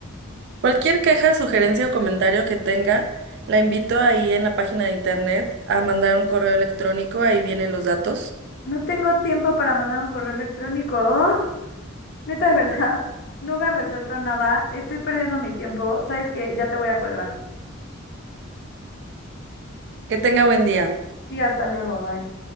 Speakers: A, on the right; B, on the left.
A: Cualquier queja, sugerencia o comentario que tenga, la invito ahí en la página de internet a mandar un correo electrónico, ahí vienen los datos.
B: No tengo tiempo para mandar un correo electrónico. ¡Ugh! neta, de verdad, no me has resuelto nada. Estoy perdiendo mi tiempo. ¿Sabes que Ya te voy a colgar.
A: Que tenga buen día.
B: Sí, hasta luego, bye.